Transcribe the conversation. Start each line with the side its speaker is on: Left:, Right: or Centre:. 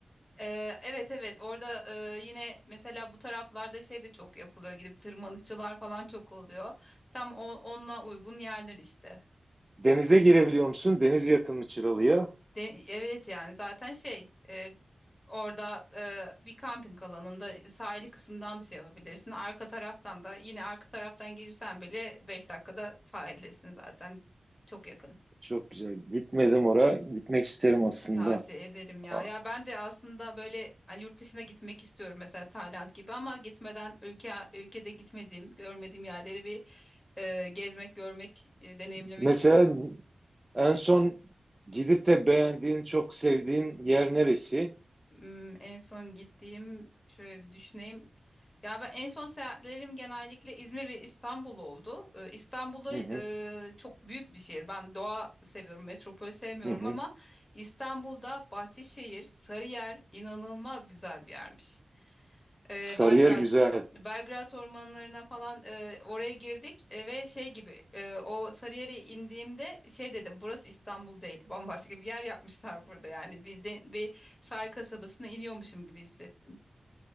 Left: e, evet, evet. Orada e, yine mesela bu taraflarda şey de çok yapılıyor. Gidip tırmanışçılar falan çok oluyor. Tam o, onunla uygun yerler işte.
Right: Denize girebiliyor musun? Deniz yakın mı Çıralı'ya?
Left: De, evet yani zaten şey e, orada e, bir kamping alanında sahili kısımdan da şey yapabilirsin. Arka taraftan da yine arka taraftan gelirsen bile 5 dakikada sahildesin zaten. Çok yakın.
Right: Çok güzel. Gitmedim oraya. Gitmek isterim aslında.
Left: Tavsiye ederim ya.
Right: Aa,
Left: Ya ben de aslında böyle hani yurt dışına gitmek istiyorum mesela Tayland gibi ama gitmeden ülke ülkede gitmediğim, görmediğim yerleri bir e, gezmek, görmek, e, deneyimlemek
Right: Mesela
Left: istiyorum.
Right: en son gidip de beğendiğin, çok sevdiğin yer neresi?
Left: Hmm, en son gittiğim şöyle bir düşüneyim. Ya ben en son seyahatlerim genellikle İzmir ve İstanbul oldu. Ee, İstanbul'da
Right: Hı hı.
Left: e, çok büyük bir şehir. Ben doğa seviyorum, metropol sevmiyorum
Right: Hı hı.
Left: ama İstanbul'da Bahçeşehir, Sarıyer inanılmaz güzel bir yermiş. Ee,
Right: Sarıyer
Left: Belgrad,
Right: güzel.
Left: Belgrad ormanlarına falan e, oraya girdik e, ve şey gibi e, o Sarıyer'e indiğimde şey dedim burası İstanbul değil bambaşka bir yer yapmışlar burada yani bir Sahil kasabasına iniyormuşum gibi hissettim.